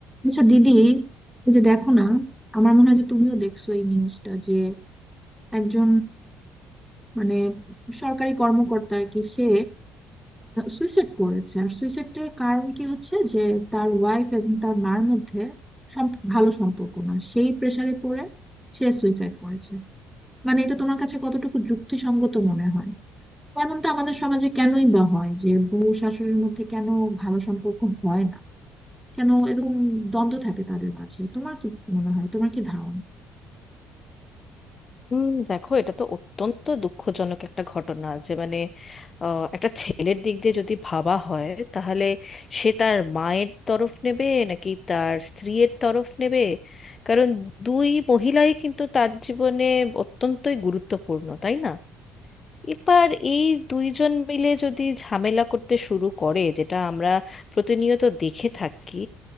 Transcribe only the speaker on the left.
হুম দেখো এটা তো অত্যন্ত দুঃখজনক একটা ঘটনা যে মানে আহ, একটা ছেলের দিক দিয়ে যদি ভাবা হয় তাহলে সে তার মায়ের তরফ নেবে নাকি তার স্ত্রীর তরফ নেবে কারণ দুই মহিলাই কিন্তু তার জীবনে অত্যন্তই গুরুত্বপূর্ণ তাই না এবার এই দুইজন মিলে যদি ঝামেলা করতে শুরু করে যেটা আমরা প্রতিনিয়ত দেখে থাকি